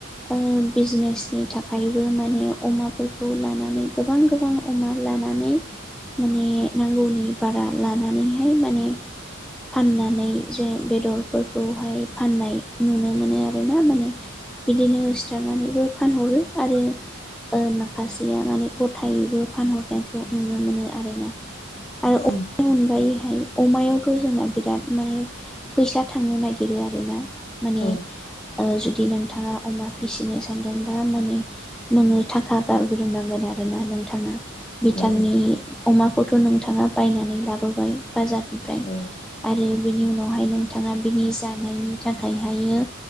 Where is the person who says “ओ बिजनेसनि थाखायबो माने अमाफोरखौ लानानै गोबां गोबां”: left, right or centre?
Centre